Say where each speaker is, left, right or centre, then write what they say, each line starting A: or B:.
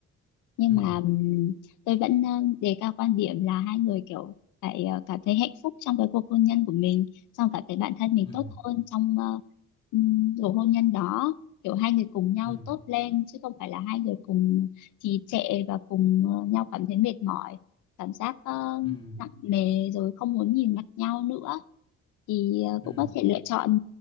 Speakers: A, on the left; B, on the left.
A: nhưng
B: ừ
A: mà ừm, tôi vẫn ờ, đề cao quan điểm là hai người kiểu phải ờ, cảm thấy hạnh phúc trong cái cuộc hôn nhân của mình xong cảm thấy bản thân mình
B: ừ
A: tốt hơn trong ờ, ừm, cuộc hôn nhân đó kiểu hai người cùng nhau
B: ừ
A: tốt lên chứ không phải là hai người cùng trì trệ và cùng ờ, nhau cảm thấy mệt mỏi cảm giác ờ,
B: ừ ừ
A: nặng nề rồi không muốn nhìn mặt nhau nữa thì ờ,
B: ừ,
A: cũng có thể lựa chọn